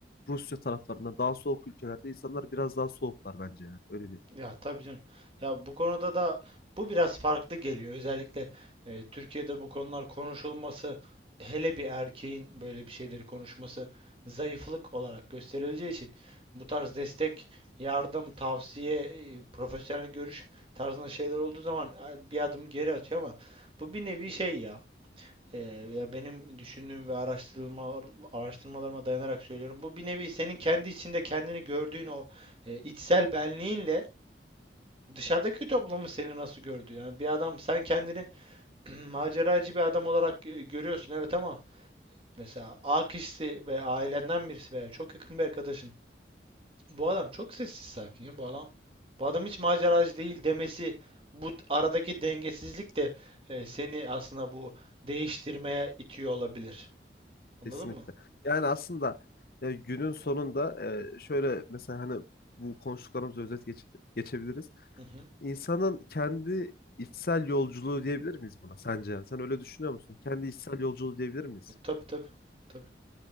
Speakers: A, on the left; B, on the right.
A: Rusya taraflarında daha soğuk ülkelerde insanlar biraz daha soğuklar bence yani. Öyle değil.
B: Ya tabii canım. Ya bu konuda da bu biraz farklı geliyor. Özellikle e, Türkiye'de bu konular konuşulması, hele bir erkeğin böyle bir şeyleri konuşması zayıflık olarak gösterileceği için bu tarz destek, yardım, tavsiye, e, profesyonel görüş tarzında şeyler olduğu zaman e, bir adım geri atıyor ama bu bir nevi şey ya. E, ya benim düşündüğüm ve araştırma araştırmalarıma dayanarak söylüyorum. Bu bir nevi senin kendi içinde kendini gördüğün o e, içsel benliğinle Dışarıdaki toplumun seni nasıl gördü? Yani bir adam sen kendini <clears throat> maceracı bir adam olarak e, görüyorsun evet ama mesela A kişisi ve ailenden birisi veya çok yakın bir arkadaşın bu adam çok sessiz sakin ya bu adam bu adam hiç maceracı değil demesi bu aradaki dengesizlik de e, seni aslında bu değiştirmeye itiyor olabilir. Anladın
A: Kesinlikle.
B: mı?
A: Yani aslında e, günün sonunda e, şöyle mesela hani bu konuştuklarımızı özet geç- geçebiliriz.
B: Hı hı.
A: İnsanın kendi içsel yolculuğu diyebilir miyiz buna sence? Yani sen öyle düşünüyor musun? Kendi içsel yolculuğu diyebilir miyiz?
B: E, tabii tabii. Tabii.